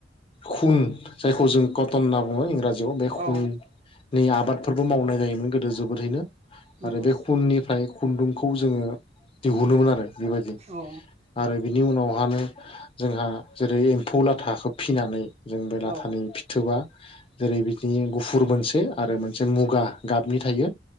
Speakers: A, on the left; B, on the right.
A: खुन जायखौ जों कटन होनना बुंङो इंराजि बे खुननि
B: औ
A: आबादफोरबो मावनाय जायोमोन गोदो जोबोदैनो। आरो
B: नंगौ
A: बे खुननिफ्राय खुन्दुंखौ जोंङो दिहुनोमोन आरो। बेबायदि।
B: औ
A: आरो बिनि उनावहानो जोंहा जेरै- एम्फौ लाथाखौ फिसिनानै जों बे
B: औ
A: लााथानि फि फिथोबआ जेरै- बिदिनो गुफुर मोनसे आरो मोनसे मुगा गाबनि थायो।